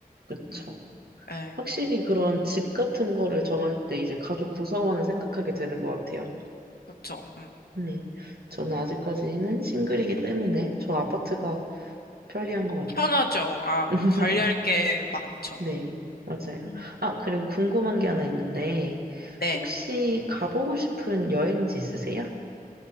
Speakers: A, on the right (about 80°); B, on the left (about 80°).
A: 그쵸.
B: 음, 예,
A: 확실히 그런 집 같은 거를 정할 때 이제 가족 구성원을 생각하게 되는 것 같아요.
B: 그쵸. 음,
A: 네. 저는 아직까지는 싱글이기 때문에 저 아파트가 편리한 것
B: 편하죠.
A: 같아요.
B: 아,
A: <laughs>
B: 관리할 게 많죠.
A: 네, 맞아요.
B: 음.
A: 아, 그리고 궁금한 게 하나 있는데,
B: 네.
A: 혹시 가보고 싶은 여행지 있으세요?